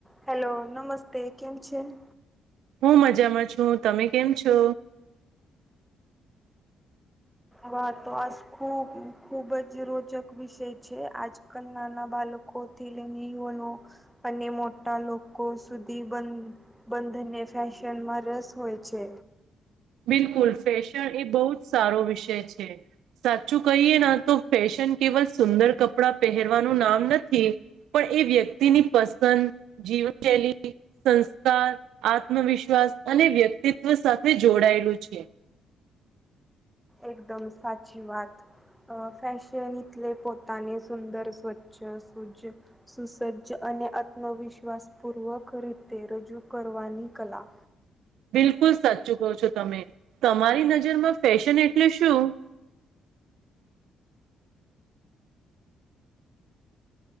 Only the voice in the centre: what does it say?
Hello નમસ્તે કેમ છે <inaudible>
મહત્વ ખૂબ ખુબ જ રોચક વિષય છે આજ કલ નાના બાળકો થી લઈને યુવાનો અને મોટા લોકો સુધી બંધ બંધનને ફેશનમાં રસ હોય છે
એકદમ સાચી વાત ફેશન તલે પોતાની સુંદર સ્વચ્છ સૂજ સુસજ્જ અને આત્મવિશ્વાસ પૂર્વક રીતે રજૂ કરવાની કલા